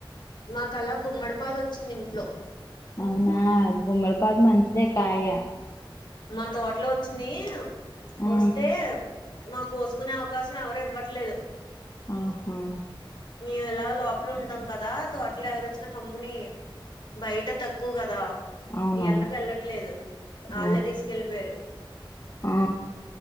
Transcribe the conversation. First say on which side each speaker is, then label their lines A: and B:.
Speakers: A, on the left (about 60°); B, on the left (about 35°).
A: మాకలా గుమ్మడిపాదు ఒచ్చింది ఇంట్లో
B: అవునా గుమ్మడి పాదు మంచిదే కాయ
A: మా తోటలో ఒచ్చింది,
B: ఆ
A: ఒస్తే మాక్ కోసుకునే అవకాశం ఎవరు ఇవ్వట్లేదు
B: ఆహా
A: మేము ఎలా లోపల ఉంటాం కదా, తోటలో ఎవరోచ్చిన కమ్ముని బయట తక్కువ్ గదా,
B: అవునవును
A: ఈ ఎండకు వెళ్ళట్లేదు వాళ్ళే
B: ఆ
A: తీస్ కెళ్లిపోయారు
B: ఆ